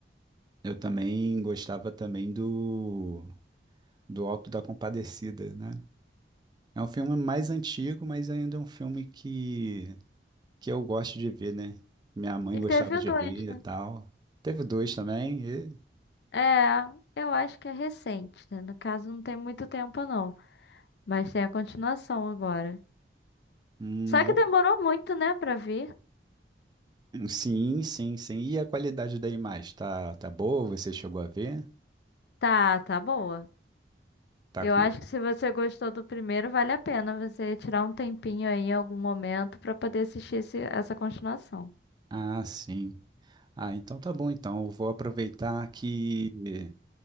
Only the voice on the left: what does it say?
E
teve
o dois,
né?
É, eu acho que é recente, né? No caso, não tem muito tempo, não. Mas tem a continuação agora.
Só que
demorou muito, né, pra vir.
Tá, tá boa.
Eu
acho que se você gostou do primeiro, vale a pena você tirar um tempinho aí em algum momento pra poder assistir esse- essa continuação.